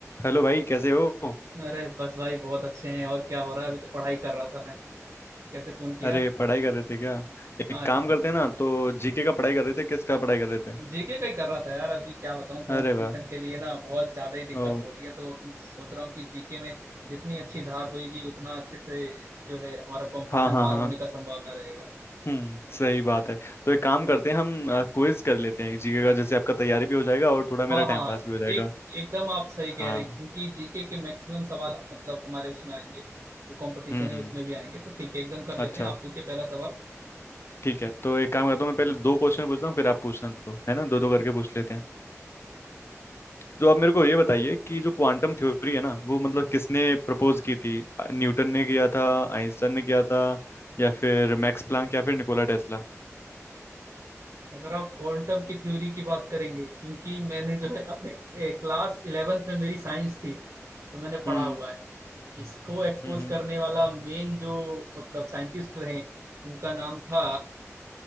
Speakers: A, on the left (about 50°); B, on the right (about 65°).
A: Hello भाई कैसे हो हम्म,
B: अरे बस भाई बहुत अच्छे हैं और क्या हो रहा है अभी तो पढ़ाई कर रहा था मैं कैसे फोन किया
A: अरे पढ़ाई कर रहे थे क्या
B: हाँ
A: एक काम
B: जी हाँ
A: करते हैं ना तो जीके का पढ़ाई कर रहे थे किसका पढ़ाई कर रहे थे
B: जीके का ही कर रहा था यार अभी क्या बताऊँ कंपटीशन
A: अरे वाह
B: के लिए ना बहुत ज्यादा ही दिक्कत
A: ओ
B: हो रही है तो अभी सोच रहा हूँ कि जीके में जितनी अच्छी धार होगी उतना अच्छे से जो है हमारा कंपटीशन
A: हाँ हाँ
B: पार
A: हाँ
B: होने का संभावना रहेगा
A: हम्म सही बात है तो एक काम करते हैं हम क्विज कर लेते हैं जीके का जैसे आपका तैयारी भी हो जाएगा और थोड़ा मेरा
B: हाँ हाँ
A: टाइम
B: हाँ।
A: पास भी हो जाएगा
B: एक एकदम आप सही कह
A: हाँ
B: रहे हैं क्योंकि जीके के मैक्सिमम सवाल मतलब हमारे उसमें आएंगे जो कंपटीशन
A: हम्म
B: है
A: हम्म
B: उसमें भी आएंगे तो ठीक है एकदम कर लेते
A: अच्छा
B: हैं आप पूछिए पहला सवाल
A: ठीक है तो एक काम करता हूँ मैं पहले दो क्वेश्चन पूछता हूँ फिर आप पूछना तो है ना दो दो करके पूछ लेते हैं तो आप मेरे को ये बताइए कि जो क्वांटम थ्योरी है ना वो मतलब किसने प्रपोज की थी न्यूटन ने किया था आइंस्टाइन ने किया था या फिर मैक्स प्लैंक या फिर निकोला टेस्ला
B: अगर आप क्वांटम की थ्योरी की बात करेंगे क्योंकि मैंने जो है अपने ए, क्लास इलेवेंथ में मेरी साइंस थी तो मैंने पढ़ा
A: हम्म
B: हुआ है इसको एक्सपोज
A: हम्म हम्म
B: करने वाला मेन जो मतलब साइंटिस्ट रहे उनका नाम था